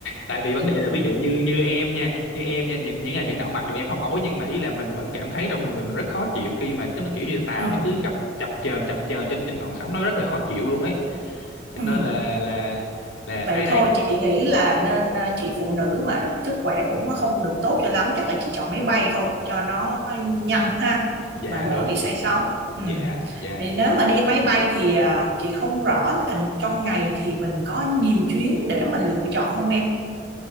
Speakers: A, on the left (about 85°); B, on the right (about 60°).
A: tại vì vấn đề là ví dụ như như em nha, như em nha, những, những ngày biển động mặc dù em không ói nhưng mà ý là mình vẫn cảm thấy trong người mình rất khó chịu khi mà cái nó kiểu như tàu
B: ừ,
A: nó cứ gặp chập chờn chập chờn trên trên ngọn sóng nó rất là khó chịu luôn ấy. Cho
B: ừ.
A: nên là là là
B: Vậy
A: đấy
B: thôi
A: đấy.
B: chị nghĩ là nên ờ, chị phụ nữ mà sức khỏe cũng không được tốt cho lắm chắc là chị chọn máy bay thôi cho nó nhanh ha
A: Dạ
B: mà đỡ
A: đúng.
B: bị say sóng. Ừ.
A: Dạ dạ.
B: Vì nếu mà đi máy bay thì ờ, chị không rõ là trong ngày thì mình có nhiều chuyến để mình lựa chọn không em?